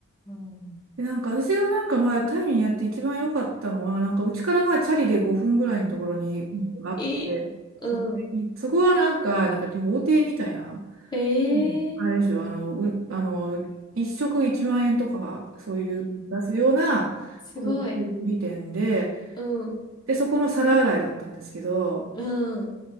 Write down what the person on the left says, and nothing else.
うん。
いい。うん。
ええ
すごい。
うん。
うん。